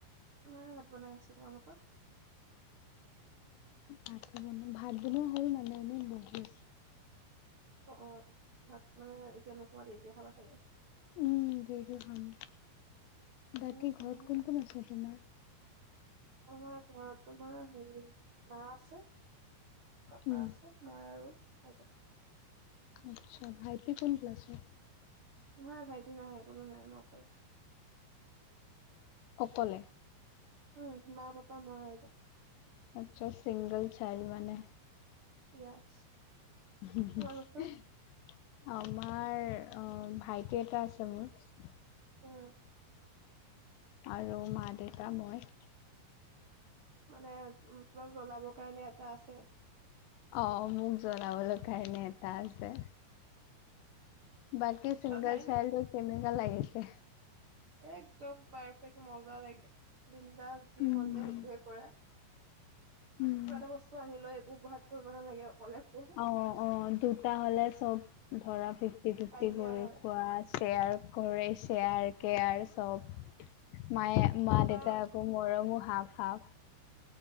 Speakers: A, on the right; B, on the left.
A: মায়ে ভাত বনাই আছে। তোমালোকৰ?
B: ভাত বনোৱা হ'ল মানে এনেই বহি আছে।
A: অ' অ' ভাত মানে এতিয়া নোখোৱা দেৰিকে খাবা চাগে?
B: উম দেৰিকে খাম।
A: অ',
B: বাকী
A: অ',
B: ঘৰত কোন কোন আছে তোমাৰ?
A: আমাৰ ঘৰত তোমাৰ হেৰি মা আছে পাপা
B: উম
A: আছে মই আৰু আইতা।
B: আচ্ছা, ভাইটি কোন ক্লাছত?
A: নাই ভাইটি নাই কোনো নাই মই অকল
B: অকলে।
A: উম, মা পাপা মই আইতা।
B: আচ্ছা ছিংগল চাইল্ড মানে।
A: ইয়েছ।
B: হম হু
A: তোমালোকৰ?
B: <unintelligible> আমাৰ অ' ভাইটি এটা আছে মোৰ।
A: উম।
B: আৰু মা দেউতা মই।
A: মানে অলপ জ্বলাবৰ কাৰণে এটা আছে?
B: অ' মোক জ্বলাবলৈ কাৰণে এটা আছে। বাকী ছিংগল
A: জ্বলাই
B: চাইল্ডক
A: নে?
B: কেনেকুৱা লাগিছে?
A: একদম পাৰফেক্ট মজা লাগে বিন্দাছ যি
B: উম,
A: মন যায় সেইটোয়ে কৰা।
B: উম।
A: কিবা এটা বস্তু আনি লৈ একো ভাগ কৰিব নালাগে অকলে শুৱে।
B: অ' অ' দুটা হ'লে চব ধৰা ফিফ্তি ফিফ্তি
A: কাজিয়া
B: কৰি
A: হয়।
B: খোৱা শ্বেয়াৰ কৰে শ্বেয়াৰ কেয়াৰ চব মায়ে মা
A: তাৰ
B: দেউতাক আকৌ মৰমো হাঁফ হাঁফ।